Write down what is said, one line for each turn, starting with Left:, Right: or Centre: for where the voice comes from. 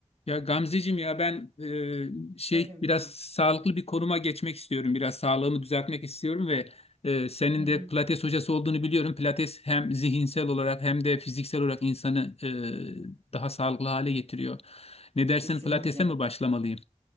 Left: Ya Gamzeciğim ya ben e, şey
Right: Söyle Ümit'ciğim.
Left: biraz sağlıklı bir konuma geçmek istiyorum. Biraz sağlığımı düzeltmek istiyorum ve e, senin
Right: <laughs> Hı hı,
Left: de Pilates hocası olduğunu biliyorum. Pilates hem zihinsel olarak hem de fiziksel olarak insanı e, daha sağlıklı hale getiriyor. Ne dersin
Right: Kesinlikle.
Left: Pilates'e mi başlamalıyım?